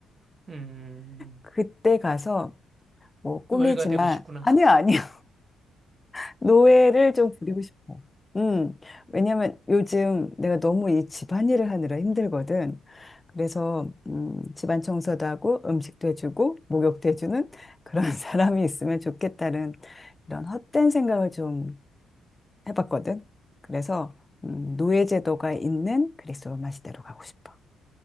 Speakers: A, on the right; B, on the left.
A: 음,
B: 그때 가서 뭐 꿈이지만
A: 노예가 되고 싶구나.
B: 아니야 아니야 <laughs> 노예를 좀 부리고 싶어. 음 왜냐면 요즘 내가 너무 이 집안일을 하느라 힘들거든. 그래서 음, 집안 청소도 하고 음식도 해주고 목욕도 해주는 그런 <laughs> 사람이 있으면 좋겠다는 이런 헛된 생각을 좀 해봤거든. 그래서 음, 노예 제도가 있는 그리스 로마 시대로 가고 싶어.